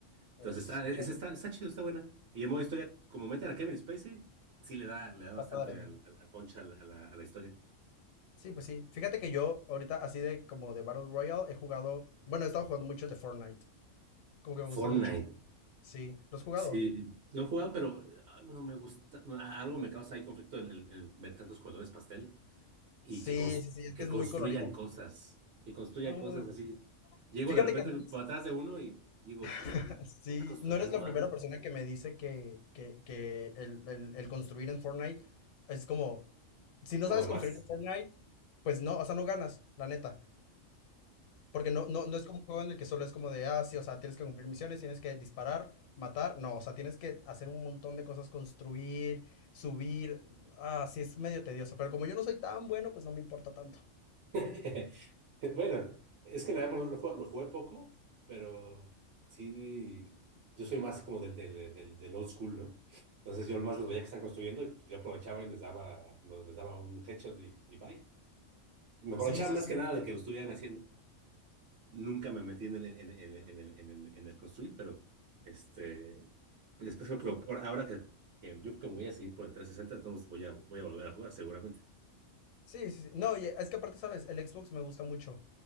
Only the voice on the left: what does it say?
a ver si
escuchaba.
Está
padre, ¿no?
Sí, pues sí. Fíjate que yo ahorita así de como de Battle Royale he jugado. Bueno, he estado jugando mucho el de Fortnite. Como que me gusta
mucho. Sí. ¿Lo has jugado?
Sí,
sí, sí, es
que es
muy colorido.
Uy,
fíjate
que no eres,
<laughs>
sí,
no eres la primera
persona que me dice que, que, que el, el- el construir en Fortnite es como, si no
sabes
construir en Fortnite, pues no, o sea, no ganas, la neta. Porque no, no, no es como un juego en el que solo es como de, ah, sí, o sea, tienes que cumplir misiones, tienes que disparar, matar. No, o sea, tienes que hacer un montón de cosas, construir, subir. Ah, sí, es medio tedioso. Pero como yo no soy tan bueno, pues no me importa tanto.
Sí, sí,
sí.
Sí, sí, sí. No, y es que aparte, ¿sabes? El Xbox me gusta mucho.